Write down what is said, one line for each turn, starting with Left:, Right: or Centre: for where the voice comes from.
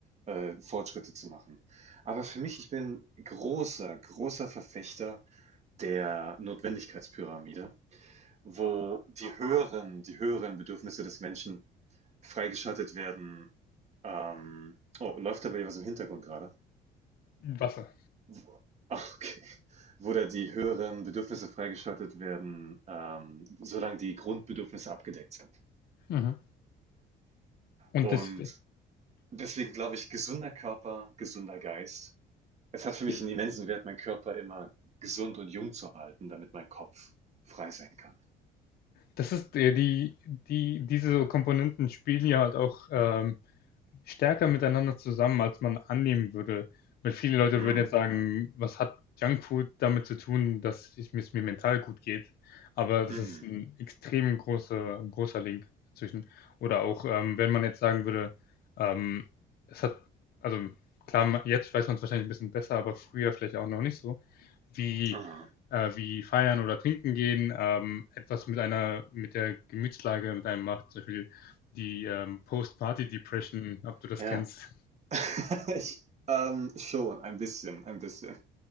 Right: äh, Fortschritte zu machen. Aber für mich, ich bin großer, großer Verfechter der Notwendigkeitspyramide, wo die höheren, die höheren Bedürfnisse des Menschen freigeschaltet werden. Ähm, oh, läuft da bei dir was im Hintergrund gerade?
Left: Wasser.
Right: Wo- Ach, okay. Wo da die höheren Bedürfnisse freigeschaltet werden, ähm, solange die Grundbedürfnisse abgedeckt sind.
Left: Mhm. Und
Right: Und
Left: das,
Right: deswegen glaube ich, gesunder Körper, gesunder Geist. Es hat für mich
Left: die-
Right: einen immensen Wert, meinen Körper immer gesund und jung zu halten, damit mein Kopf frei sein kann.
Left: das ist äh, die, die, diese Komponenten spielen ja halt auch ähm, stärker miteinander zusammen, als man annehmen würde. Weil viele Leute
Right: Hm,
Left: würden jetzt sagen, was hat Junkfood damit zu tun, dass es mir, es mir mental gut geht? Aber das
Right: mhm,
Left: ist ein extrem großer, großer Link dazwischen. Oder auch, ähm, wenn man jetzt sagen würde, ähm, es hat, also klar, ma- jetzt weiß man es wahrscheinlich ein bisschen besser, aber früher vielleicht auch noch nicht so, wie
Right: aha.
Left: äh, wie feiern oder trinken gehen, ähm, etwas mit einer, mit der Gemütslage mit einem macht, zum Beispiel die ähm, Post-Party-Depression, ob du das
Right: Ja,
Left: kennst.
Right: <laughs> ich, ähm, schon, ein bisschen, ein bisschen.